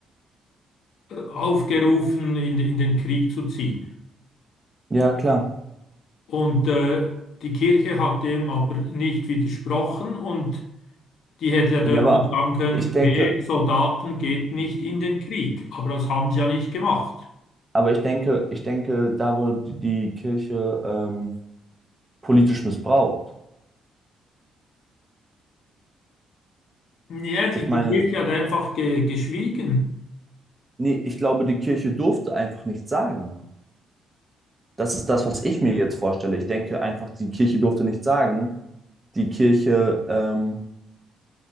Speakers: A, on the left (about 70°); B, on the right (about 20°).
A: äh, aufgerufen, in, in den Krieg zu ziehen.
B: ja, klar.
A: Und äh, die Kirche hat dem aber nicht widersprochen und die hätte ja dort
B: Ja, aber
A: auch sagen können,
B: ich denke,
A: hey, Soldaten geht nicht in den Krieg. Aber das haben sie ja nicht gemacht.
B: aber ich denke, ich denke, da wurde die die Kirche ähm, politisch missbraucht.
A: Ja, die,
B: Ich meine,
A: die Kirche hat einfach ge, geschwiegen.
B: nee, ich glaube, die Kirche durfte einfach nichts sagen. Das ist das, was ich mir jetzt vorstelle. Ich denke einfach, die Kirche durfte nichts sagen, die Kirche, ähm,